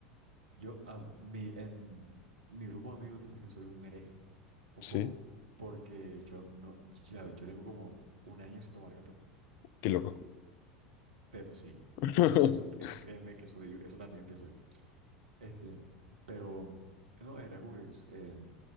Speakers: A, on the right (about 75°); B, on the left (about 55°).
A: yo, a mi, en mi grupo de amigos dicen que soy un hereje, un
B: Sí,
A: poco, porque yo no, ya, yo tengo como un año sin tomar café,
B: qué loco.
A: pero sí.
B: <laughs>
A: Eso, eso créeme que eso, digo- eso también pienso yo. Este, pero no, era como que eh,